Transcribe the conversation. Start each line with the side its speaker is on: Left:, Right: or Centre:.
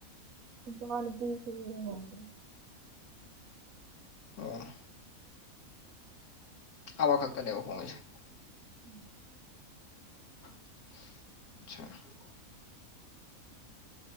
Right: <unintelligible> ꯁꯨ ꯂꯨꯍꫭꯡꯗ꯭ꯔꯤ꯫
Left: ꯑꯣ ꯑꯃ ꯈꯛꯇꯅꯦꯕ ꯍꯣꯡꯉꯤꯁꯦ꯫
Right: ꯎꯝ꯫
Left: ꯑꯥꯠꯆ